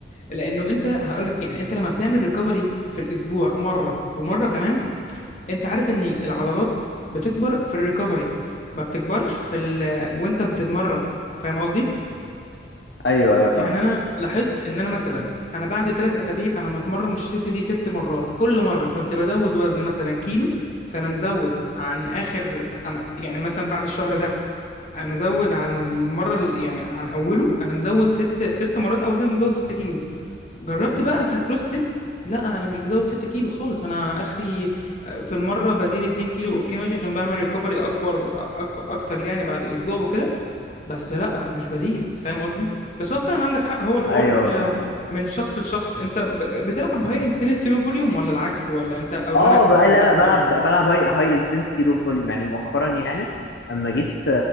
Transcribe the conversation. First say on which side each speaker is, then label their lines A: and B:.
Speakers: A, on the left; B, on the left.
A: لانه انت هقول لك يعني انت لما بتعمل ريكفري في الاسبوع مره ومره كمان انت عارف ان العضلات بتكبر في الريكفري ما بتكبرش في ال... وانت بتتمرن فاهم قصدي؟
B: ايوه ايوه فاهم
A: يعني انا لاحظت ان انا مثلا انا بعد ثلاث اسابيع انا متمرن الشيست دي ست مرات كل مره كنت بزود وزن مثلا كيلو فانا مزود عن اخر انا يعني مثلا بعد الشهر ده أنا مزود عن المره ال- يعني عن اوله انا مزود ست ست مرات اوزان مزود 6 كيلو جربت بقى في البرو سبليت لا انا مش بزود 6 كيلو خالص انا اخري في المره بزيد 2 كيلو اوكي ماشي عشان بعمل ريكفري اكبر أك- اكتر يعني بعد اسبوع وكده بس لا مش بزيد فاهم قصدي بس هو فعلا عندك حق هو الحوار
B: ايوه
A: آه،
B: فاهم
A: من شخص لشخص انت ب- بتلعب هاي انتنستي لو فوليوم ولا العكس ولا انت اوزانك
B: اه
A: بتوزعها
B: بقى لا لا
A: ازاي
B: بلعب بلعب هاي هاي انتنسيتي لو فوليوم يعني مؤخرا يعني اما جيت آه،